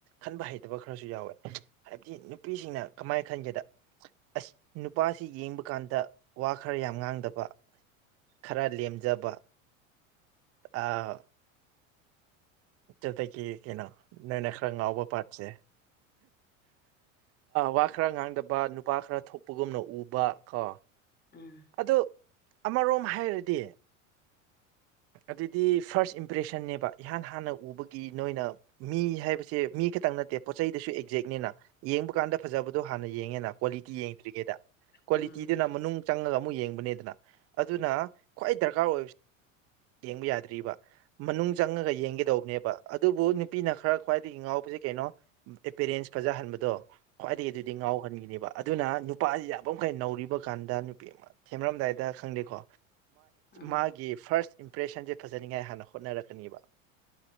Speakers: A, on the right; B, on the left.
A: ꯈꯟꯕ ꯍꯩ ꯍꯩꯇꯕ ꯈꯔꯁꯨ ꯌꯥꯎꯋꯦ ꯍꯥꯏꯕꯗꯤ ꯅꯨꯄꯤꯁꯤꯡꯅ ꯀꯃꯥꯏꯅ ꯈꯟꯒꯦꯗ ꯑꯁ ꯅꯨꯄꯥꯁꯤ ꯌꯦꯡꯕ ꯀꯥꯟꯗ ꯋꯥ ꯈꯔ ꯌꯥꯝ ꯉꯥꯡꯗꯕ ꯈꯔ ꯂꯦꯝꯖꯕ ꯑꯥ ꯑꯗꯨꯗꯒꯤ ꯀꯩꯅꯣ ꯅꯣꯏꯅ ꯈꯔ ꯉꯥꯎꯕ ꯄꯥꯝꯕꯁꯦ ꯋꯥ ꯈꯔ ꯉꯥꯡꯗꯕ ꯅꯨꯄꯥ ꯈꯔ ꯊꯣꯛꯄꯒꯨꯝꯅ ꯎꯕ ꯀꯣ
B: ꯑꯥꯝ
A: ꯑꯗꯨ ꯑꯃꯔꯣꯝ ꯍꯥꯏꯔꯗꯤ ꯑꯗꯨꯗꯤ ꯐꯥꯔꯁ ꯏꯝꯄ꯭ꯔꯦꯁꯟꯅꯦꯕ ꯏꯍꯥꯟ ꯍꯥꯟꯅ ꯎꯕꯒꯤ ꯅꯣꯏꯅ ꯃꯤ ꯍꯥꯏꯕꯁꯦ ꯃꯤ ꯈꯛꯇꯪ ꯅꯠꯇꯦ ꯄꯣꯠ ꯆꯩꯗꯁꯨ ꯑꯦꯛꯖꯦꯛꯅꯤꯅ ꯌꯦꯡꯕ ꯀꯥꯟꯗ ꯐꯖꯕ ꯑꯗꯣ ꯍꯥꯟꯅ ꯌꯦꯡꯉꯦꯅ ꯀ꯭ꯋꯥꯂꯤꯇꯤ ꯌꯦꯡꯗ꯭ꯔꯤꯒꯩꯗ ꯀ꯭ꯋꯥꯂꯤꯇꯤꯗꯨꯅ
B: ꯎꯝ
A: ꯃꯅꯨꯡ ꯆꯪꯉꯒ ꯑꯃꯨꯛ ꯌꯦꯡꯕꯅꯦꯗꯅ ꯑꯗꯨꯅ ꯈ꯭ꯋꯥꯏ ꯗꯔꯀꯥꯔ ꯑꯣꯏꯕꯁꯤ ꯌꯦꯡꯕ ꯌꯥꯗ꯭ꯔꯤꯕ ꯃꯅꯨꯡ ꯆꯪꯉꯒ ꯌꯦꯡꯒꯗꯧꯕꯅꯦꯕ ꯑꯗꯨꯕꯨ ꯅꯨꯄꯤꯅ ꯈꯔ ꯈ꯭ꯋꯥꯏꯗꯒꯤ ꯉꯥꯎꯕꯁꯤ ꯀꯩꯅꯣ ꯑꯦꯄꯦꯔꯦꯟꯁ ꯐꯖꯍꯟꯕꯗꯣ ꯈ꯭ꯋꯥꯏꯗꯒꯤ ꯑꯗꯨꯗꯤ ꯉꯥꯎꯍꯟꯈꯤꯅꯦꯕ ꯑꯗꯨꯅ ꯅꯨꯄꯥꯁꯤ ꯌꯥꯕꯃꯈꯩ ꯅꯧꯔꯤꯕ ꯀꯥꯟꯗ ꯅꯨꯄꯤ ꯑꯃ ꯊꯦꯝꯔꯝꯗꯥꯏꯗ ꯈꯪꯗꯦꯀꯣ
B: ꯎꯝ ꯎꯝ
A: ꯃꯥꯒꯤ ꯐꯥꯔꯁ ꯏꯝꯄ꯭ꯔꯦꯁꯟꯁꯦ ꯐꯖꯅꯤꯉꯥꯏ ꯍꯥꯟꯅ ꯍꯣꯠꯅꯔꯛꯀꯅꯤꯕ